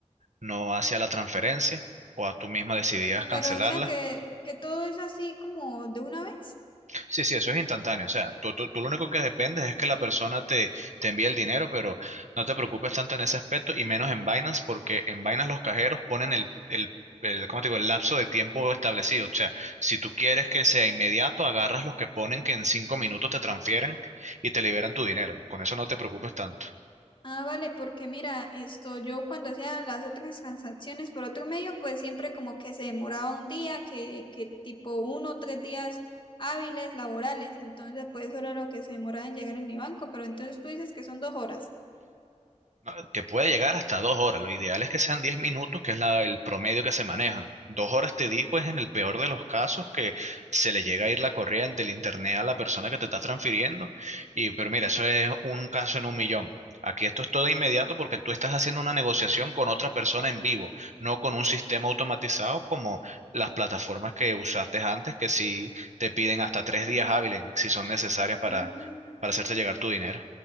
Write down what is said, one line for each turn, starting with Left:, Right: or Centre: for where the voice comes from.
Right: no hacía la transferencia o a tú misma decidías cancelarla.
Left: Pero, o sea que, que todo es así como de una vez.
Right: Sí, sí, eso es instantáneo. O sea, tú, tú, tú lo único que dependes es que la persona te, te envíe el dinero, pero no te preocupes tanto en ese aspecto y menos en Binance, porque en Binance los cajeros ponen el, el, el, ¿cómo te digo? el lapso de tiempo establecido. O sea, si tú quieres que sea inmediato, agarras los que ponen que en cinco minutos te transfieren y te liberan tu dinero. Con eso no te preocupes tanto.
Left: Ah, vale, porque mira, esto yo cuando hacía las otras transacciones por otro medio, pues siempre como que se demoraba un día, que, que tipo uno o tres días hábiles laborales, entonces pues eso era lo que se demoraba en llegar en mi banco, pero entonces tú dices que son dos horas.
Right: No, Que puede llegar hasta dos horas. Lo ideal es que sean 10 minutos, que es la- el promedio que se maneja. Dos horas, te digo, es en el peor de los casos que se le llega a ir la corriente, el internet a la persona que te está transfiriendo. Y, pero mira, eso es un caso en un millón. Aquí esto es todo inmediato porque tú estás haciendo una negociación con otra persona en vivo, no con un sistema automatizado como las plataformas que usaste antes, que sí te piden hasta tres días hábiles si son necesarias para,
Left: Mm,
Right: para hacerte llegar tu dinero.